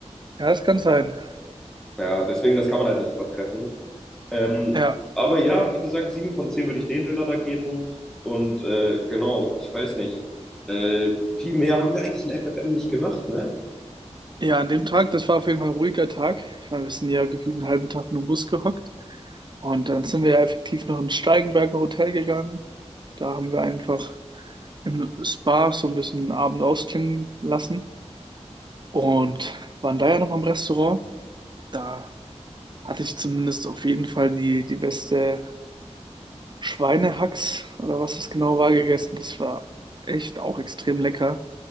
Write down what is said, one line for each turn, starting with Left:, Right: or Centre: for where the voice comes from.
Right: Ja, das kann sein.
Centre: Ja, deswegen, das kann man halt nicht übertreffen. Ähm,
Right: Ja.
Centre: aber ja, wie gesagt, sieben von zehn würde ich den Döner da geben. Und äh, genau, ich weiß nicht. Äh, viel mehr haben wir eigentlich in FFM nicht gemacht, ne?
Right: Ja, an dem Tag, das war auf jeden Fall ein ruhiger Tag. Ich meine, wir sind ja gefühlt einen halben Tag nur im Bus gehockt. Und dann sind wir ja effektiv noch ins Steigenberger Hotel gegangen. Da haben wir einfach im Spa so ein bisschen den Abend ausklingen lassen und waren da ja noch mal im Restaurant. Da hatte ich zumindest auf jeden Fall die, die beste Schweinehacks oder was es genau war gegessen. Das war echt auch extrem lecker.